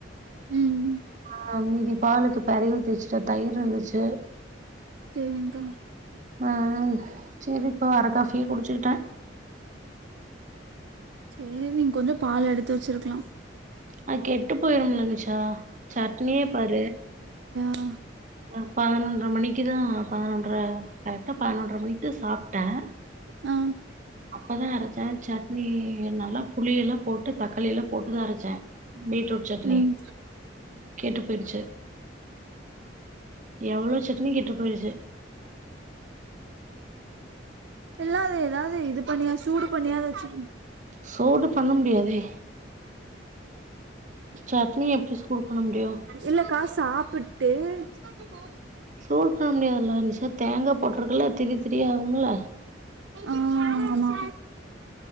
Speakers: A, on the right; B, on the right.
A: ம்
B: ஆ மீதி பாலுக்கு பரி உஊத்திச்சுட்டன் தயிர் இருந்துச்சு
A: சேரிங்கா
B: ஆ சேரி இப்ப வர காஃபியே குடிச்சுக்கிட்டேன்
A: சேரி நீங்க கொஞ்சொ பால் எடுத்து வச்சிருக்கலாம்
B: அ கெட்டு போயிரும்ல நிஷா சட்னியே பாரு
A: அ
B: <unintelligible> பன்னொரு மணிக்கு தா பதுனொன்ற கரெக்டா பதுனொன்ற மணிக்கு சாப்ட்டேன்
A: ஆ
B: அப்பதான் அரைச்சே சட்னி நல்லா புளிய எல்லா போட்டு தக்காளி எல்லா போட்டுதான் அரைச்சேன் பீட்ரூட் சட்னி
A: ம்
B: கெட்டு போயிருச்சு எவ்ளோ சட்னி கெட்டு போயிருச்சு
A: எல்ல அது ஏதாவது இது பண்ணியா சூடு பண்ணியா வச்சுரு
B: சூடு பண்ண முடியாதே சட்னி எப்டி சூடு பண்ண முடியு
A: இல்லக்கா சாப்புட்டு <unintelligible>
B: சூழ் பண்ண முடியாதுல்ல நிஷா தேங்கா போட்ருக்கெல்லா திரி திரியா ஆகும்ல
A: ஆ ஆமா